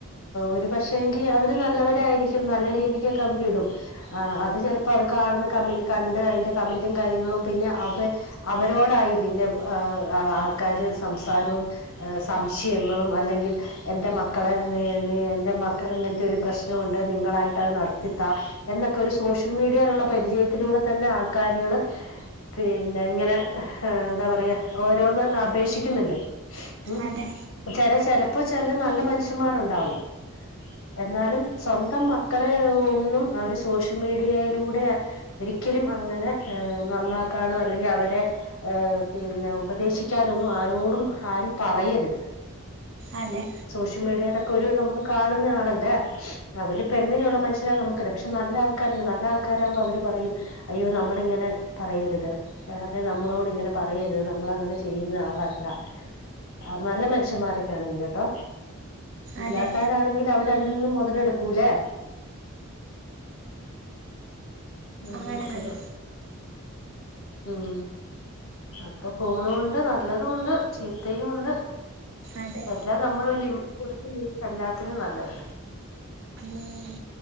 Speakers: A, on the left; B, on the right.
A: ഒരു പക്ഷെങ്കി അവര് നല്ലവരായിരിക്കും നല്ല രീതിക്കക്കെ അവരിടും അത് ചിലപ്പോ അത് കാണുന്ന കണ്ട് അതിന്റെ കമന്റും കാര്യങ്ങളും പിന്നെ അവ അവരോടായി പിന്നെ ആൾക്കാർ സംസാരവും സംശയങ്ങളും അല്ലെങ്കിൽ എ മക്കളെ നി നി എന്റെ മക്കള് ഇ ങ്ങനത്തെ ഒരു പ്രശ്നണ്ട് നിങ്ങളായിട്ട്ത് നടത്തിത്ത എന്നൊക്കെ സോഷ്യൽ മീഡിയയിലുള്ള പരിചയത്തിലൂടെ തന്നെ ആൾക്കാരുകൾ പിന്നെ ഇങ്ങനെ എന്താ പറയാ ഓരോന്ന് അപേക്ഷിക്കുന്നുണ്ട് ഉ
B: അതെ
A: ചില ചിലപ്പോ ചില നല്ല മനുഷ്യന്മാരുണ്ടാവും എന്നാലും സ്വന്തം മക്കളെ ഒന്നും അവര് സോഷ്യൽ മീഡിയയിലൂടെ ഒരി ഒരിക്കലും അങ്ങനെ നന്നാക്കാനും അല്ലെങ്കിൽ അവരെ ഏ പിന്നെ ഉപദേശിക്കാനൊന്നും ആരോടും ആരും പറയരുത്
B: അതെ
A: ഉം സോഷ്യൽ മീഡിയ തൊക്കെ ഒരു നമ്മൾ കാണുന്ന ആളല്ലേ അവരിപ്പ എങ്ങനെയുള്ള മൻ ശരാന്ന് നമുക്കഅറിയോ പക്ഷെ നല്ല ആൾക്കാരണ്ട് നല്ല ആൾക്കാരുമ്പോ അവര് പറയും അയ്യോ നമ്മള ഇങ്ങനെ പറയരുത് അല്ലെ നമ്മളോട് ഇങ്ങനെ പറയരുത് നമ്മൾ അങ്ങനെ ചെയ്യുന്ന ആളല്ല ആ നല്ല മനുഷ്യന്മാരൊക്കെ ആണെങ്കിൽ കേട്ടോ ഇല്ലാത
B: അതെ
A: രാണെങ്കിൽ അവ അതിൽനിന്ന് മൊതല്ടുക്കൂലേ അങ്ങനെയൊക്കെരു
B: ആണാണ്
A: ഉം അപ്പൊ ഫോണുംകൊണ്ട് നല്ലതും ഉണ്ട് ചീത്തയും ഉണ്ട്
B: അതെ
A: എല്ലാം നമ്മളല്ലേ കൊടുത്ത് നി എല്ലാത്തിനും നല്ലത്
B: ഉം